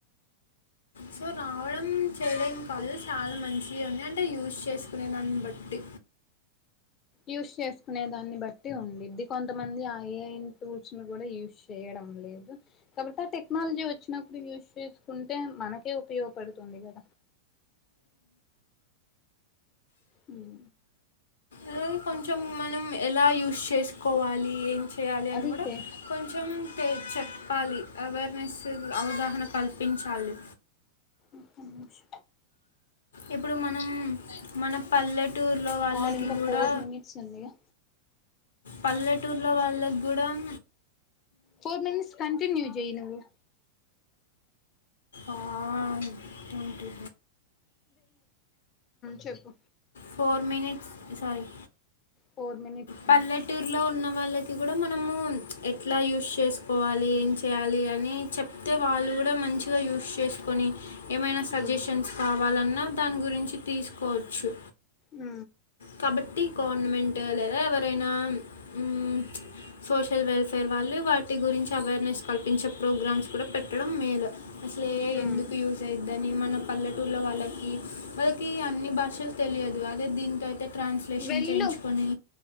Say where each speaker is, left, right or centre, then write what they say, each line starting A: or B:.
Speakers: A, on the left; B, on the left.
A: సో రావడం చెయడం కాదు చాలా మంచిగా ఉంది అంటే యూస్ చేసుకునే దాన్ని బట్టి
B: యూస్ చేసుకునే దాన్ని బట్టి ఉండిద్ది కొంతమంది ఆ ఏ ఐన్ టూల్స్ ను గూడా యూస్ చెయర్ లేదు కాబట్టి ఆ టెక్నాలజీ వచ్చినప్పుడు యూస్ చేసుకుంటే మనకే ఉపయోగపడుతుందిగా మ్మ్
A: అలాగే కొంచెం మనం ఎలా యూస్ చేసుకోవాలి ఏం చేయాలి అని
B: అదైతే
A: గుడా కొంచెం చెప్పాలి అవేర్నెస్ అవగాహన కల్పించాలి
B: ఒక్క నింష్
A: ఇప్పుడు మనం మన పల్లెటూరులో వాళ్ళకి
B: కాల్ ఇంకా
A: గూడా
B: ఫోర్ మినిట్స్ ఉందిగా
A: పల్లెటూరులో వాళ్ళక్ గుడం
B: ఫోర్ మినిట్స్ కంటిన్యూ జెయ్య్ నువ్వు
A: ఆంటి
B: చెప్పు
A: four minutes sorry
B: four minutes
A: పల్లెటూర్లో
B: ఉంది
A: ఉన్న వాళ్ళకి గుడా మనము ఎట్లా యూస్ చేసుకోవాలి ఏం చేయాలి అని చెప్తే వాళ్ళు గుడా మంచిగా యూస్ చేస్ కొని ఏమైనా సజెషన్స్
B: ఉమ్
A: కావాలన్నా దాని గురించి తీసుకోవచ్చు
B: ఆ
A: కాబట్టి గవర్నమెంట్ లేదా ఎవరైనా మ్మ్ సోషల్ వెల్ఫేర్ వాళ్ళు వాటి గురించి అవేర్నెస్ కల్పించే ప్రోగ్రామ్స్ కుడ పెట్టడం మేలు అసలు ఏ ఐ
B: ఉమ్
A: ఎందుకు యూజ్ అయిద్దని మన పల్లెటూళ్లో వాళ్ళకి వాళ్ళకి అన్నీ భాషలు తెలియదు అదే దీంతో అయితే ట్రాన్స్లేషన్
B: వెళ్ళు
A: చేయించుకోని